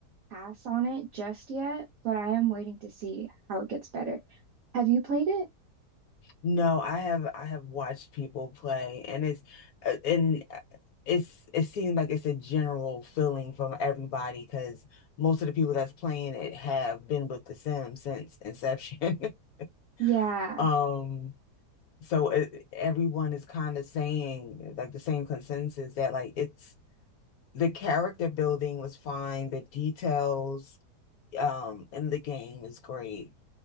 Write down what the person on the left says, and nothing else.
No, I have I have watched people play and it's uh, and uh, it's it seems like it's a general feeling from everybody because most of the people that's playing it have been with The Sims since inception. <laughs>
Um so it, everyone is kind of saying like the same consensus that like it's the character building was fine, the details um in the game is great.